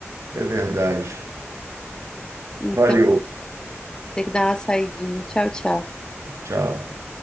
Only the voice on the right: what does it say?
é verdade.
Valeu,
tchau.